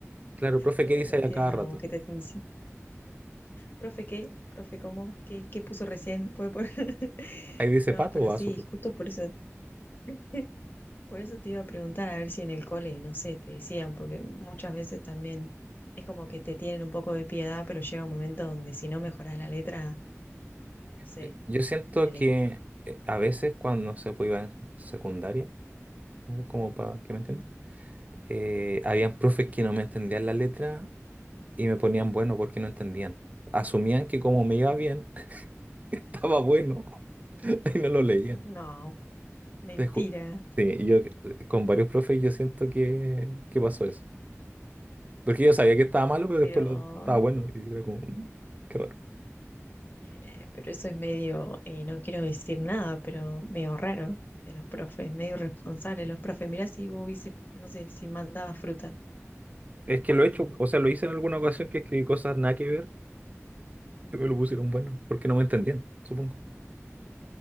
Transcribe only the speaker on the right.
claro, profe,
¿qué
dice
ahí
a cada rato?
Ahí dice
pato
o vaso,
profe.
Eh, Yo siento
que eh, a veces cuando, no sé, pues iba en secundaria, ¿no? como para que
me entiendan, eh, habían profes que no me entendían la letra y me ponían bueno porque no entendían. Asumían que como me iba bien, <laughs> estaba bueno <laughs> y no lo leían.
Te ju- Sí, y yo eh, con varios profes yo siento que, que pasó eso. Porque yo sabía que estaba malo, pero después
lo, estaba bueno y era como, "Mm, qué raro.
Es que lo he hecho, o sea, lo hice en alguna ocasión que escribí cosas nada que ver, que me lo pusieron bueno, porque no me entendían, supongo.